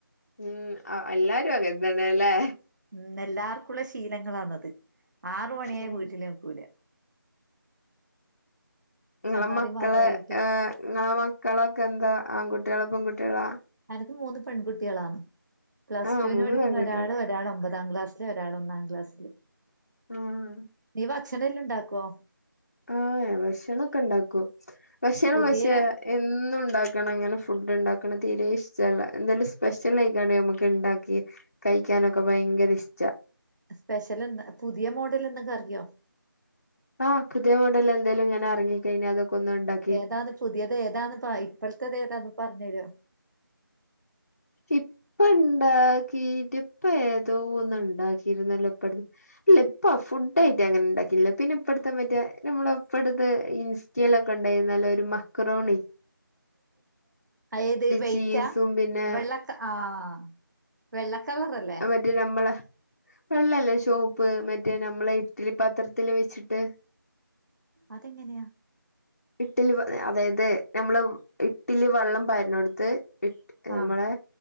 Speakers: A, on the left; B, on the right.
A: ഉം എല്ലാരു അങ്ങെൻതന്നെല്ലേ
B: ഉം എല്ലാർക്കുള്ള ശീലങ്ങളാന്നത് ആറ് മണിയായ
A: ഉം
B: വീട്ടില്ക്കൂല
A: ങ്ങളെ
B: ചങ്ങാതിമാരു
A: മക്കളെ
B: ആയിട്ട്
A: ഏഹ് ങ്ങളെ മക്കളൊക്കെ എന്താ ആൺകുട്ടികളോ പെൺകുട്ടികളാ
B: എനിക്ക് മൂന്ന് പെൺകുട്ടികളാണ് പ്ലസ്
A: ആഹ്
B: ടുവിന്
A: മൂന്ന്
B: പഠിക്കുന്ന
A: പെൺകുട്ടികളാ
B: ഒരാൾ ഒരാൾ ഒമ്പതാം ക്ലാസ് ഒരാളൊന്നാം ക്ലാസില്
A: ആഹ്
B: നീ ഭക്ഷണെല്ലണ്ടാക്കുവോ
A: ആഹ് ഭക്ഷണൊക്കെണ്ടാക്കും ഭക്ഷണം
B: പുതിയ
A: പക്ഷേ എന്നുണ്ടാക്കണം ങ്ങനെ ഫുഡ്ണ്ടാക്കണം തീരേ ഇഷ്ടല്ല എന്തേലും സ്പെഷ്യലൈറ്റാണേ നമുക്ക്ണ്ടാക്കി കയിക്കാനൊക്കെ ഭയങ്കരീഷ്ട
B: സ്പെഷ്യലെന്താ പുതിയ മോഡലെന്തെങ്കാറിയോ
A: ആഹ് പുതിയ മോഡലെന്തേലുങ്ങനെറങ്ങി കഴിഞ്ഞാതൊക്കന്ന്ണ്ടാക്കും
B: ഏതാത് പുതിയത് ഏതാന്ന് ഇപ്പോഴത്തെതേതാന്ന്‌ പറഞ്ഞു തരുമോ
A: ഇപ്പെ എണ്ടാക്കിട്ട് ഇപ്പൊ ഏതോ ഒന്ന് ഉണ്ടാക്കിയിരുന്നല്ലോ ഇപ്പഴ്‌ ഇല്ല ഇപ്പൊ ഫുഡ് ആയിട്ട് അങ്ങനെ ഉണ്ടാക്കില്ല പിന്നെ ഇപ്പഴത്തെ മറ്റേ നമ്മടെ ഇപ്പഴത്തെ ഇസ്റ്റ ഇൻസ്റ്റയിലൊക്കെ ഉണ്ടായിരുന്നല്ലോ ഒരു മക്റോണി
B: ബല്ല് അഴിഞ്ഞ അതയെത് വൈറ്റാ
A: ചീസും പിന്നെ
B: വെള്ള ആഹ് വെള്ളക്കളറല്ലേ
A: റ്റ് നമ്മള് വെള്ളല്ലേ ചോപ്പ് മറ്റേ നമ്മളെ ഇഡ്ലി പാത്രത്തില് വെച്ചിട്ട്
B: അതെ എങ്ങനെയാ
A: ഇട്ടില് അതായത് നമ്മള് ഇട്ടിലി വെള്ളം പാരുന്നെടുത്തു
B: ആഹ്
A: നമ്മളെ